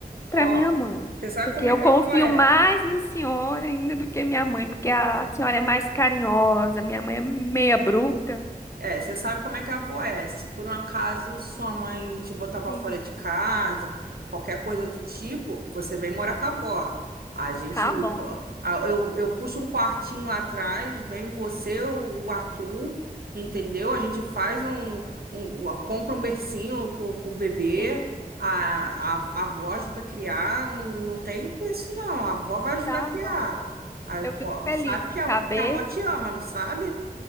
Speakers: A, on the left; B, on the right.
A: pra
B: Ó,
A: minha mãe.
B: você sabe
A: Porque
B: como
A: eu
B: é que
A: confio
B: a avó é?
A: mais na senhora ainda do que minha mãe, porque a senhora é mais carinhosa, minha mãe é meia bruta.
B: É, você sabe como é que a avó é. Se por um acaso sua mãe te botar pra
A: Sim,
B: fora de casa, qualquer coisa do tipo, você vem morar com a avó. A gente,
A: tá bom, vó.
B: a- eu, eu puxo um quartinho lá atrás, vem você, o o Arthur, entendeu? A gente faz um, um- uma- compra um bercinho pro, pro bebê,
A: sim,
B: a, a, a avó ajuda a criar, não, não tem com isso não, a avó vai ajudar
A: tá
B: a criar.
A: bom.
B: Aí,
A: Eu
B: pô,
A: fico feliz
B: sabe
A: em
B: que a,
A: saber,
B: que a avó te ama, não sabe?